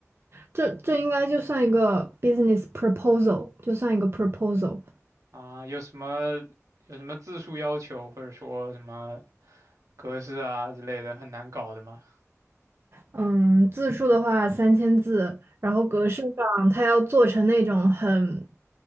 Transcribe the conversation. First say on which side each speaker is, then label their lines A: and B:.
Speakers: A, on the right (about 50°); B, on the right (about 80°).
A: 这这应该就算一个 business proposal，就算一个 proposal。
B: 啊，有什么有什么字数要求，或者说什么格式啊之类的，很难搞的吗？
A: 嗯，字数的话三千字，然后格式上它要做成那种很